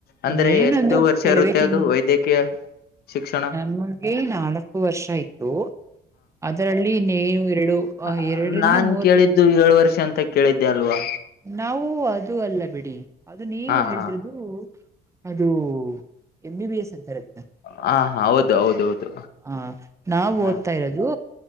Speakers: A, on the left; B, on the right.
A: ಅಂದ್ರೆ
B: ಇನ್ನೇನೊಂದು
A: ಎಷ್ಟು ವರ್ಷ
B: ಕೆಲವೇ
A: ಇರುತ್ತೆ
B: ತಿಂಗ
A: ಅದು ವೈದ್ಯಕೀಯ ಶಿಕ್ಷಣ
B: ನಾನು ಹೋಗಿ ನಾಲ್ಕು ವರ್ಷ ಆಯತು ಅದು ಅದರಲ್ಲಿ ನೆವ ಎರಡು..
A: ಆ
B: ಎರಡರಿಂದ
A: ನಾನ್
B: ಮೂರು
A: ಕೇಳಿದ್ದು
B: ತಿಂಗ್
A: ಏಳು ವರ್ಷ ಅಂತ ಕೇಳಿದ್ದೆ ಅಲ್ವಾ...
B: ನಾವು ಅದು ಅಲ್ಲ ಬಿಡಿ ಅದು ನೀವು
A: ಹಾ
B: ಹೇಳ್ತಿಿರದು.
A: ಹಾ
B: <unintelligible> ಅದು ಎಮ್ ಬಿ ಬಿ ಎಸ್ ಅಂತರ ಅದ್ನ್.
A: ಹ ಹಾ ಹೌದ ಹೌದ ಹೌದು.
B: ಹ ನಾವ್
A: ಹ್ಮ್
B: ಓದ್ತಾ ಇರೋದು